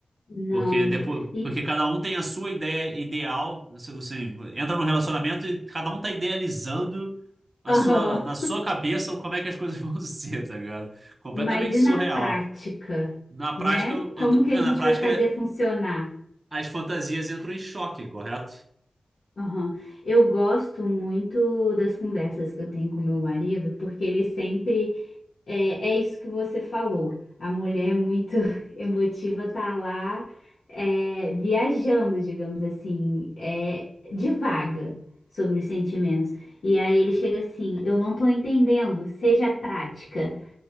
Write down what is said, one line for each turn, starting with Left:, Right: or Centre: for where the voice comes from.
Left: Não.
Right: Porque depois,
Left: E
Right: porque cada um tem a sua ideia ideal. Você, você entra num relacionamento e cada um tá idealizando a
Left: aham.
Right: sua, na sua cabeça como é que as coisas <laughs> vão ser, tá ligado? Completamente
Left: Mas e
Right: surreal.
Left: na prática,
Right: Na prática,
Left: né? Como
Right: entra-
Left: que a gente
Right: na prática,
Left: vai fazer funcionar?
Right: as fantasias entram em choque, correto?
Left: Aham. Eu gosto muito das conversas que eu tenho com meu marido, porque ele sempre é, é isso que você falou. A mulher muito <laughs> emotiva tá lá é, viajando, digamos assim, é, divaga sobre os sentimentos. E aí ele chega assim, eu não tô entendendo, seja prática.